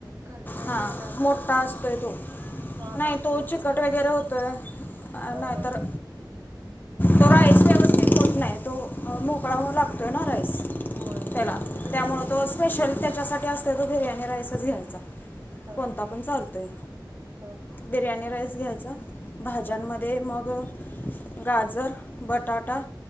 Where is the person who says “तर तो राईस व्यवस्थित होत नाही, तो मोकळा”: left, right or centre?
Left